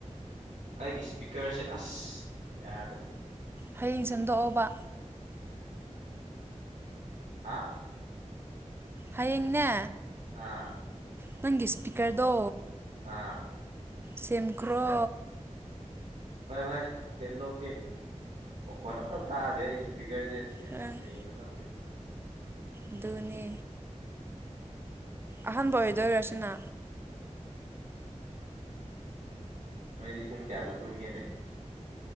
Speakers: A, on the right; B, on the right.
A: ꯑꯩꯒꯤ ꯏꯁꯄꯤꯀꯔꯁꯦ ꯑꯁ ꯌꯥꯗ꯭ꯔꯦ
B: ꯍꯌꯦꯡ ꯁꯦꯝꯗꯣꯛꯑꯣꯕ
A: ꯍꯥꯥ
B: ꯍꯌꯦꯡꯅꯦ
A: ꯑꯥ
B: ꯅꯪꯒꯤ ꯏꯁꯄꯤꯀꯔꯗꯣ
A: ꯑꯥ
B: ꯁꯤꯝꯈ꯭ꯔꯣ
A: ꯍꯣꯏ ꯍꯣꯏ ꯁꯦꯝꯗꯣꯛꯀꯦ ꯃꯈꯣꯜ ꯑꯝꯇ ꯇꯥꯗꯦ ꯑꯩꯒꯤ ꯏꯁꯄꯤꯀꯔꯁꯦ ꯑꯁ ꯌꯥ-
B: ꯑꯝ
A: ꯀꯩꯒꯤꯅꯣ ꯈꯪꯗꯦ
B: ꯑꯗꯨꯅꯦ ꯑꯍꯥꯟꯕ ꯑꯣꯏꯗꯣꯏꯔꯁꯤꯅ
A: ꯅꯣꯏꯗꯤ ꯄꯨꯡ ꯀꯌꯥꯗ ꯇꯨꯝꯒꯦꯅꯦ